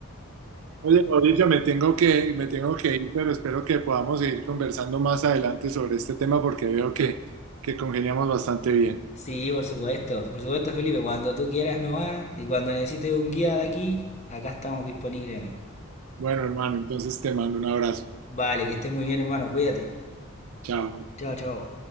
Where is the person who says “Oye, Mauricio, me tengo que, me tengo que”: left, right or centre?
Right